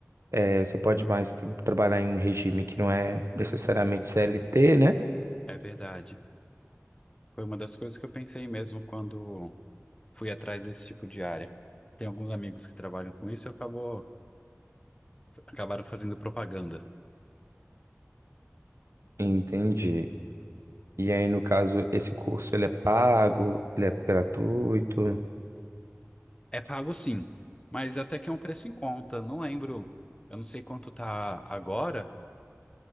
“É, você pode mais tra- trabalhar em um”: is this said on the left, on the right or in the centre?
Right